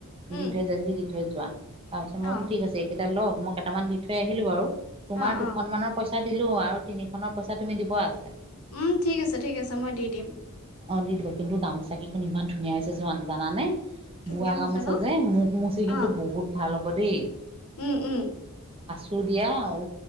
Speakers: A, on the left; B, on the right.
A: উম
B: দি থৈ যায় যদি দি থৈ যোৱা তাৰ পিছত মই
A: অ
B: বোলো ঠিক আছে এইকেইটা লহ মই কেইটামান দি থৈ আহিলো বাৰু তোমাৰ
A: অ',
B: দুখন
A: অ',
B: মানৰ পইচা পইচা দিলো আৰু তিনিখনৰ পইচা তুমি দিব আছে।
A: উম, ঠিক আছে-ঠিক আছে মই দি দিম।
B: অ, দি দিব কিন্তু গামোচা কেইখন ইমান ধুনীয়া হৈছে জানানে?
A: ধুনীয়া
B: বোৱা
A: হৈছে
B: গামোচা
A: ন?
B: যে মুখ মুচি
A: অ',
B: কিন্তু বহুত ভাল হ'ব দেই।
A: উম - উম।
B: ধুই দিয়া ঔ